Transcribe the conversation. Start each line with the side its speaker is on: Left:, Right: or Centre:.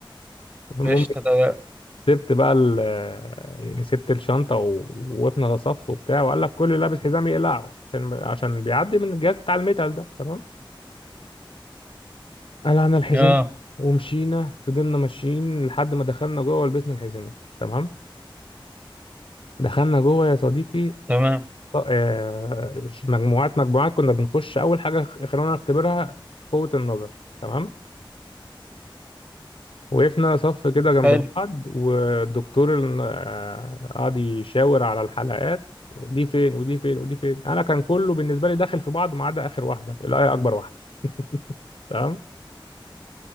Left: المهم
Right: قشطة تمام
Left: سبت بقى ال يعني سبت الشنطه و- ووقفنا صف وبتاع وقال لك كل اللي لابس حزام يقلعه عشان عشان بيعدي من الجهاز بتاع الميتال ده تمام قلعنا الحزام
Right: اه
Left: ومشينا فضلنا ماشيين لحد ما دخلنا جوه ولبسنا الحزمه تمام دخلنا جوه يا صديقي
Right: تمام
Left: ط- آه، مجموعات مجموعات كنا بنخش اول حاجه خ- خلونا نختبرها قوه النظر تمام وقفنا صف كده جنب
Right: حلو
Left: بعض والدكتور ال- آه، قعد يشاور على الحلقات دي فين ودي فين ودي فين انا كان كله بالنسبه لي داخل في بعضه ما عدا اخر واحده اللي هي اكبر واحده تمام